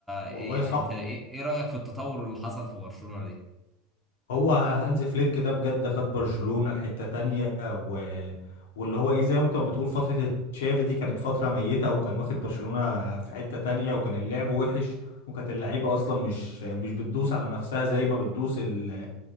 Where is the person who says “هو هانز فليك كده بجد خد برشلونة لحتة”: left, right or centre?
Left